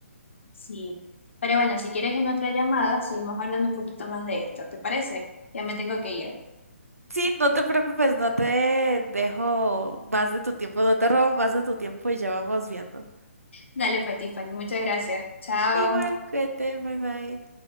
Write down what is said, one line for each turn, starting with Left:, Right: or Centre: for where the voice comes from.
Left: sí. Pero bueno, si quieres en otra llamada, seguimos hablando un poquito más de esto, ¿te parece? Ya me tengo que ir.
Right: Sí, no te preocupes, no te dejo más de tu tiempo, no te robo más de tu tiempo y ya vamos viendo.
Left: Dale, pues, Tiffany, muchas gracias. Chao.
Right: Igual, cuídate, bye bye.